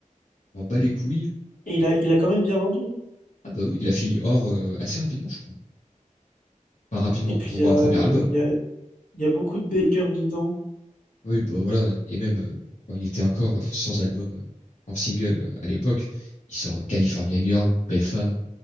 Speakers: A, on the left (about 65°); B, on the left (about 80°).
A: on bat les couilles.
B: Et il a, il a quand même bien vendu.
A: Ah bah oui, il a fini hors euh, assez rapidement, je crois. Enfin, rapidement,
B: Et puis,
A: pour
B: il y a,
A: un premier album.
B: il y a, il y a beaucoup de bangers dedans.
A: Oui, bah, voilà. Et même euh, quand il était encore euh, sans album euh, en single euh, à l'époque, il sort California Girl, Belle Femme,